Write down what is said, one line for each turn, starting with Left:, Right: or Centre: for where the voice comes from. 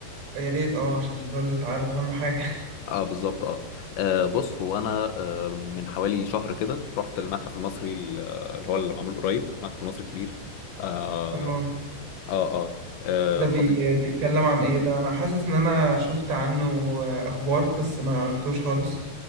Right: يا ريت اه عشان دول انت عارف اهم حاجه <laughs>
Left: اه بالظبط اه آه، بص هو انا آه، من حوالي شهر كده رحت المتحف المصري ال- اللي هو اللي معمول قريب المتحف المصري الكبير اه
Right: تمام
Left: اه اه, آه
Right: ده بي...
Left: خطير
Right: بيتكلم عن ايه ده انا حاسس ان انا شفت عنه آه، اخبار بس ما رحتوش خالص